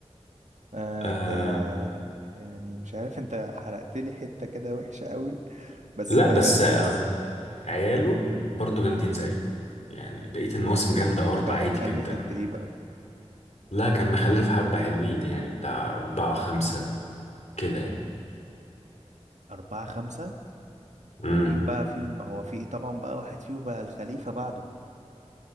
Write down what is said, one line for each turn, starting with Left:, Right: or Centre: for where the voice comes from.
Right: آه
Left: أه
Right: انت يعني مش عارف انت حرقت لي حتة كده وحشة قوي بس
Left: لا
Right: تمام
Left: بس آه، عياله برضو جامدين زيه يعني بقية المواسم جامدة برضو
Right: هو كان
Left: عادي
Right: مخلف
Left: جدا
Right: قد ايه بقى
Left: لا كان مخلف حبة حلوين يعني بتاع أربعة خمسة كده يعني
Right: أربعة خمسة
Left: امم
Right: مين بقى فيهم هو في طبعا بقى واحد فيهم بقى الخليفة بعده